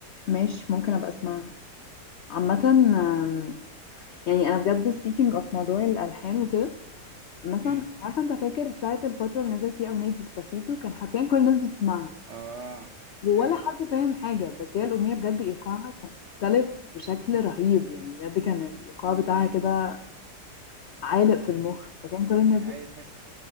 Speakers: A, on the left (about 85°); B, on the right (about 60°).
A: ماشي ممكن ابقى اسمعها عامه آم، يعني انا بجد speaking of موضوع الالحان وكده مثلا
B: امم
A: مش عارفه انت فاكر ساعه الفتره اللي نزلت فيها اغنيه ديسباسيتو كان حرفيا كل الناس بتسمعها
B: اه
A: ولا
B: ايوه
A: حد فاهم حاجة بس هي الأغنية بجد إيقاعها كان مختلف بشكل رهيب يعني بجد كان الإيقاع بتاعها كده عالق في المخ فكان كل الناس
B: ايوه
A: بت...
B: تحس